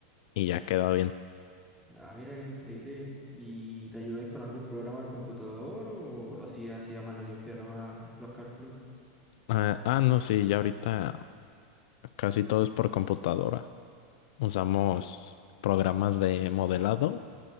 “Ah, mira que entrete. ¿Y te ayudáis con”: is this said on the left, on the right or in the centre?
Centre